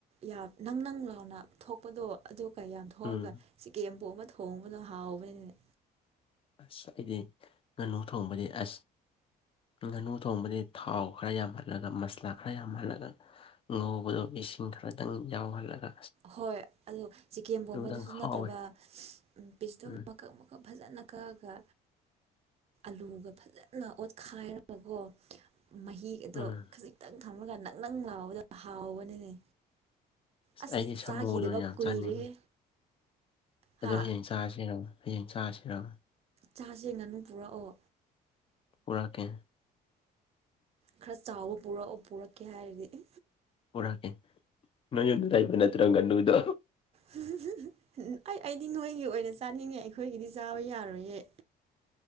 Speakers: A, on the right (about 35°); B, on the left (about 35°).
A: ꯌꯥꯝ ꯅꯪ ꯅꯪ ꯂꯥꯎꯅ ꯊꯣꯛꯄꯗꯣ ꯑꯗꯨ ꯀꯩ ꯌꯥꯝ ꯊꯣꯛꯑꯒ
B: ꯎꯝ
A: ꯆꯤꯀꯦꯝꯄꯣꯛꯑ ꯑꯃ ꯊꯣꯡꯕꯗꯣ ꯍꯥꯎꯕꯅꯤꯅꯅꯦ
B: ꯑꯁ ꯑꯩꯗꯤ ꯉꯥꯅꯨ ꯊꯣꯡꯕꯗꯤ ꯑꯁ ꯉꯥꯅꯨ ꯊꯣꯡꯕꯗꯤ ꯊꯥꯎ ꯈꯔ ꯌꯥꯝꯍꯜꯂꯒ ꯃꯁꯂꯥ ꯈꯔ ꯌꯥꯝꯍꯜꯂꯒ ꯉꯧꯕꯗꯣ ꯏꯁꯤꯡ ꯈꯔꯗꯪ ꯌꯥꯎꯍꯜꯂꯒ
A: ꯍꯣꯏ ꯑꯗꯣ ꯆꯤꯀꯦꯟ
B: ꯑꯗꯨꯗꯪ
A: ꯄꯣꯡꯕꯗꯨꯁꯨ
B: ꯍꯥꯎꯋꯦ
A: ꯅꯠꯇꯕ ꯄꯤꯁꯇꯣ
B: ꯎꯝ
A: ꯃꯀꯛ ꯐꯖꯅ ꯀꯛꯑꯒ ꯑꯂꯨꯒ ꯐꯖꯅ ꯑꯣꯠꯈꯥꯏꯔꯒꯀꯣ ꯃꯍꯤ ꯑꯗꯣ
B: ꯎꯝ
A: ꯈꯖꯤꯛꯇꯪ ꯊꯝꯃꯒ ꯅꯪ ꯅꯪ ꯂꯥꯎꯕꯗꯣ ꯍꯥꯎꯕꯅꯤꯅꯦ ꯑꯁ
B: ꯑꯩꯗꯤ ꯁꯥꯃꯨꯗꯣ
A: ꯆꯥꯈꯤꯗꯕ
B: ꯌꯥꯝ
A: ꯀꯨꯏꯔꯦꯍꯦ꯫
B: ꯆꯥꯅꯤꯡꯉꯤ ꯑꯗꯣ
A: ꯍꯥ
B: ꯍꯌꯦꯡ ꯆꯥꯔꯁꯤꯔꯣ ꯍꯌꯦꯡ ꯆꯥꯔꯁꯤꯔꯣ
A: ꯆꯥꯁꯦ ꯉꯥꯅꯨ ꯄꯨꯔꯛꯑꯣ
B: ꯄꯨꯔꯥꯛꯀꯦ
A: ꯈ꯭ꯔ ꯆꯥꯎꯕ ꯄꯨꯔꯛꯑꯣ ꯄꯨꯔꯛꯀꯦ ꯍꯥꯏꯔꯗꯤ꯫
B: ꯄꯨꯔꯛꯀꯦ ꯅꯣꯏꯅ ꯂꯩꯕ ꯅꯠꯇ꯭ꯔ ꯉꯥꯅꯨꯗꯣ
A: ꯍꯨꯝ ꯍꯨꯝ ꯍꯨꯝ ꯍꯨꯝ ꯑꯩꯗꯤ ꯅꯣꯏꯒꯤ ꯑꯣꯏꯅ ꯆꯥꯅꯤꯡꯉꯦ ꯑꯩꯈꯣꯏꯒꯤꯗꯤ ꯆꯥꯕ ꯌꯥꯔꯣꯏꯌꯦ꯫